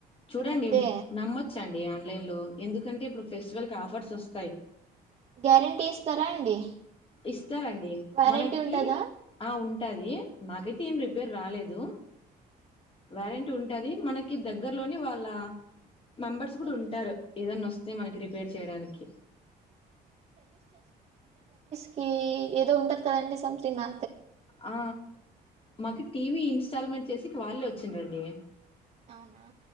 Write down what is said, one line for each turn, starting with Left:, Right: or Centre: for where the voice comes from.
Left: చూడండి
Right: అయితే
Left: నమ్మొచ్చండి ఆన్లైన్ లో ఎందుకంటే ఇప్పుడు ఫెస్టివల్ కి ఆఫర్స్ ఒస్ తయి
Right: గ్యారెంటీ ఇస్తారా అండి
Left: ఇస్తారండి
Right: వారంటీ
Left: మనకి
Right: ఉంటదా
Left: ఆ ఉంటాది నాకైతే ఏం రిపేర్ రాలేదు వారంటీ ఉన్ ది మనకి దగ్గరలోని వాళ్ళ మెంబర్స్ గడ
Right: సర్వీస్
Left: ఉంటారు ఏదన్నా ఒస్ తె మనకి రిపేర్ చేయడానికి
Right: ఈ ఏదో ఉంటది కదండి సంథింగ్ నా
Left: ఆ మాకు టీవీ ఇన్స్టాల్మెంట్ చేసేకి వాళ్ళే ఒచ్చిన్రండి
Right: అవునా